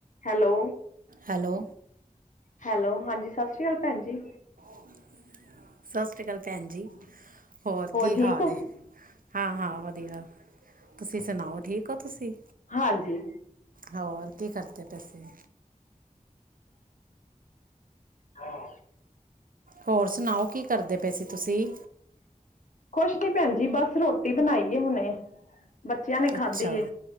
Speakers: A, on the left; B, on the right.
A: Hello
B: hello
A: hello. ਹਾਂਜੀ ਸਤਿ ਸ਼੍ਰੀ ਅਕਾਲ ਭੈਣ ਜੀ।
B: <inaudible> ਸਤਿ ਸ੍ਰੀ ਅਕਾਲ ਭੈਣ ਜੀ ਹੋਰ ਕੀ
A: ਠੀਕ
B: ਹਾਲ
A: ਹੋ
B: ਏ ਹਾਂ-ਹਾਂ ਵਧੀਆ ਤੁਸੀਂ ਸੁਣਾਓ ਠੀਕ ਹੋ ਤੁਸੀਂ?
A: ਹਾਂਜੀ।
B: ਹੋਰ ਕੀ ਕਰਦੇ ਪਏ ਸੀ।
A: ਹਾਂ।
B: ਹੋਰ ਸੁਣਾਓ ਕੀ ਕਰਦੇ ਪਏ ਸੀ ਤੁਸੀਂ
A: ਕੁੱਛ ਨੀਂ ਭੈਣ ਜੀ। ਬਸ ਰੋਟੀ ਬਣਾਈ ਐਂ ਹੁਣੇ ਬੱਚਿਆਂ ਨੇ
B: ਅੱਛਾ,
A: ਖਾਧੀ ਏ